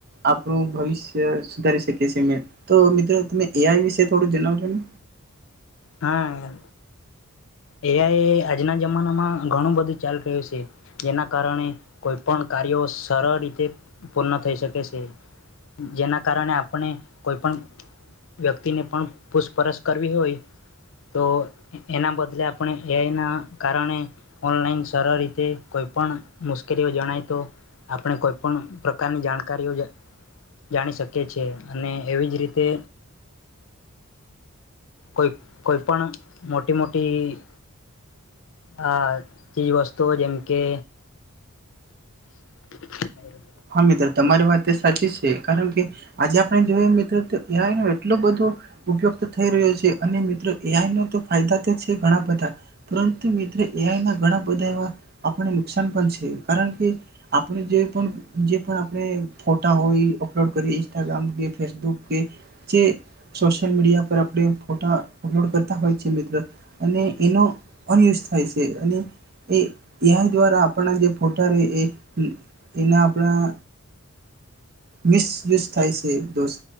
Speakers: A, on the right; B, on the left.
A: આપણું ભવિષ્ય સુધારી શકીએ છીએ મે તો મિત્રો તમે એ વિશે થોડું જણાવજો ને.
B: હા એ એ આજના જ જમાનામાં ઘણું બધું ચાલ રહ્યું છે. જેના કારણે કોઈ પણ કાર્યો સરળ રીતે પૂર્ણ થઈ શકે છે જેના કારણે આપણે કોઈપણ વ્યક્તિને પણ પૂછપરછ કરવી હોય તો એના બધા એટલે આપણે એઆના કારણે ઓનલાઈન સરળ રીતે કોઈપ મુશ્કેલીઓ જણાય તો આપણે કોઈપણ પ્રકારની જાણકારીઓ જાણી શકીએ છીએ અને એવી જ રીતે. કોઈ કોઈ પણ મોટી મો ઈક હ ચીજ વસ્તુઓ જેમ કે <inaudible>
A: હા મિત્ર તમારી વાત એ સાચી છે કારણ કે આજ આપણે જોઈએ મિત્ર ત એ આઈનો એટલો બધો ઉપયોગ તો થઈ રહ્યો છે અને મિત્ર એ આઈ ન તો ફાયદા તો છે ઘણા બધા પરંતુ મિત્ર એ આઈ ના ઘણા બધા એવા આપણને નુકસાન પણ છે કારણ કે આપડુ જે પણ જે પણ આપણે ફોટા હોય અપલોડ કરીએ ઇન્સ્ટાગ્રામ કે ફેસબુક કે જે સોશિયલ મીડિયા પર આપડે ફોટા અપલોડ કરતા હોય છે મિત્રો અને એનો અનયુઝ થાય છે અને એ આઈ દ્વારા આપના જે ફોટા રહે એ એના પણા મિસયુઝ થાય છે દોસ્ત